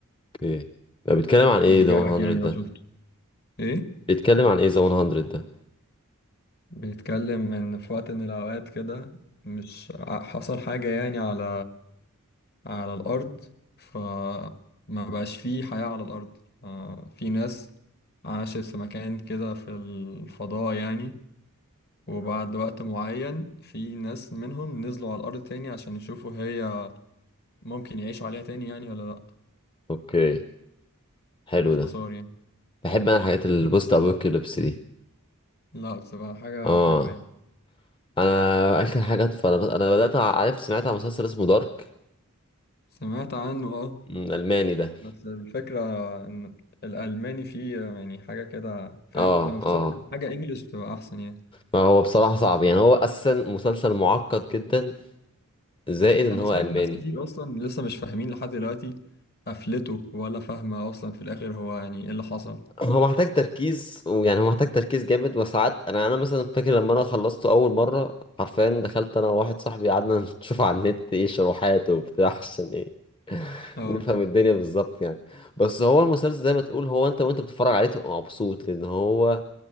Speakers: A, on the left; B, on the left.
A: اوكي ده بيتكلم عن ايه
B: يعني عجبك
A: ذا 100
B: يعني
A: ده
B: لو شفته ايه
A: بيتكلم عن ايه ذا 100 ده
B: بيتكلم ان في وقت من الاوقات كده مش ع- حصل حاجة يعني على على الارض فما بقاش فيه حياة على الارض آه، في ناس عاشت في مكان كده في الفضاء يعني وبعد وقت معين في ناس منهم نزلوا على الارض تاني عشان يشوفوا هي ممكن يعيشوا عليها تاني يعني ولا لا
A: اوكي حلو
B: باختصار
A: ده
B: يعني
A: بحب انا الحاجات البوست ابوكاليبس دي
B: لا بصراحة حاجة
A: اه
B: حلوة يعني
A: انا اخر حاجات فانا انا بدات عارف سمعت عن مسلسل اسمه دارك
B: سمعت عنه اه
A: أمم، الماني ده
B: بس الفكرة ان الألماني فيه يعني حاجة كده فاهم
A: اه
B: لما بتتفرج
A: اه
B: على حاجة انجلش بتبقى أحسن يعني
A: فهو بصراحه صعب يعني هو اساسا مسلسل معقد جدا زائد ان
B: أنا
A: هو
B: سمعت
A: الماني
B: ناس كتير أصلا لسه مش فاهمين لحد دلوقتي قفلته ولا فاهمة أصلا في الآخر هو يعني إيه اللي حصل
A: هو محتاج تركيز ويعني هو محتاج تركيز جامد وساعات انا انا مثلا فاكر لما انا خلصته اول مره حرفيا دخلت انا وواحد صاحبي قعدنا نشوف على النت ايه شروحات وبتاع عشان ايه
B: اه
A: نفهم الدنيا بالظبط يعني بس هو المسلسل زي ما تقول هو انت وانت بتتفرج عليه تبقى مبسوط لان هو